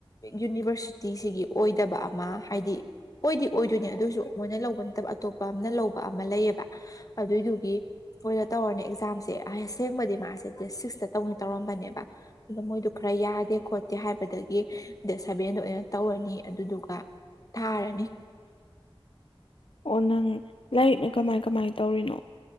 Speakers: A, on the left; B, on the left.
A: ꯌꯨꯅꯤꯚꯔꯁꯤꯇꯤꯁꯤꯒꯤ ꯑꯣꯏꯗꯕ ꯃꯥ ꯍꯥꯏꯗꯤ ꯑꯣꯏꯗꯤ ꯑꯣꯏꯗꯣꯏꯅꯦ ꯑꯗꯨꯏꯁꯨ ꯃꯣꯏꯅ ꯂꯧꯕ ꯅꯠꯇꯕ ꯑꯇꯣꯞꯄ ꯑꯝꯅ ꯂꯧꯕ ꯑꯃ ꯂꯩꯌꯦꯕ ꯑꯗꯨꯏꯗꯨꯒꯤ ꯃꯣꯏꯗ ꯇꯧꯔꯅꯤ ꯑꯦꯛꯖꯥꯝꯁꯦ ꯑꯁꯦꯡꯕꯗꯤ ꯃꯥꯁꯦ ꯗꯦꯠ ꯁꯤꯛꯁꯇ ꯇꯧꯅꯤ ꯇꯧꯔꯝꯕꯅꯦꯕ ꯑꯗ ꯃꯣꯏꯗꯨ ꯈꯔ ꯌꯥꯗꯦ ꯈꯣꯠꯇꯦ ꯍꯥꯏꯕꯗꯒꯤ ꯗꯦꯠ ꯁꯚꯦꯟꯗꯣ ꯑꯣꯏꯅ ꯇꯧꯔꯅꯤ ꯑꯗꯨꯗꯨꯒ ꯊꯥꯔꯅꯤ
B: ꯑꯣ ꯅꯪ ꯂꯥꯏꯔꯤꯛꯅ ꯀꯃꯥꯏ ꯀꯃꯥꯏ ꯇꯧꯔꯤꯅꯣ